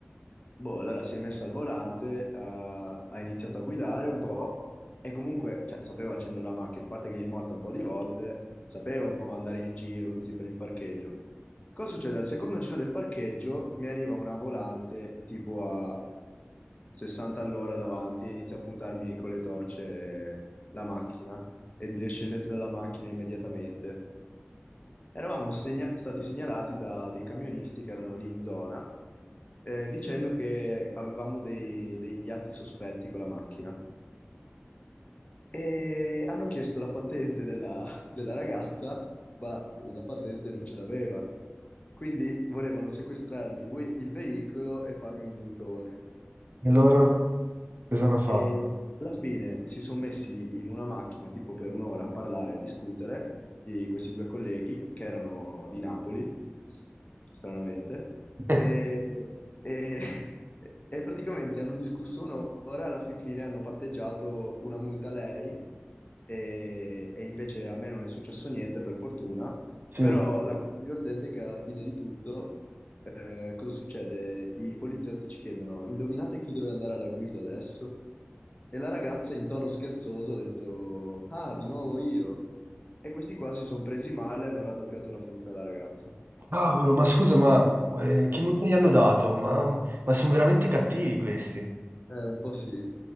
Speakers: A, on the left (about 35°); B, on the right (about 50°).
A: Boh, allora si è messa al volante, ha ha iniziato a guidare un po' e comunque, cioè, sapeva accendere la macchina, a parte che gli è morta un po' di volte, sapeva un po' andare in giro così per il parcheggio. Cosa succede? Al secondo giro del parcheggio mi arriva una volante tipo a 60 all'ora davanti e inizia a puntarmi con le torce la macchina e dire scendete dalla macchina immediatamente. Eravamo segna- stati segnalati da dei camionisti che erano lì in zona, eh, dicendo che avevamo dei- degli atti sospetti con la macchina. E hanno chiesto la patente della, della ragazza, ma la patente non ce l'aveva. Quindi volevano sequestrarmi lui- il veicolo e farmi un multone.
B: E loro cosa hanno fatto?
A: E alla fine si sono messi in una macchina tipo per un'ora a parlare, a discutere, i- questi due colleghi che erano di Napoli, stranamente,
B: <laughs>
A: e, e- <laughs> e praticamente hanno discusso un'ora, alla fin fine hanno patteggiato una multa a lei e, e invece a me non è successo niente per fortuna,
B: Sì.
A: però la cosa divertente è che alla fine di tutto eh, cosa succede? I poliziotti ci chiedono, indovinate chi deve andare alla guida adesso? E la ragazza in tono scherzoso ha detto, ah, di nuovo io. E questi qua si sono presi male e hanno raddoppiato la multa alla ragazza.
B: Cavolo, ma scusa, ma eh, che multa gli hanno dato? Ma, ma sono veramente cattivi questi.
A: Eh, un po' sì,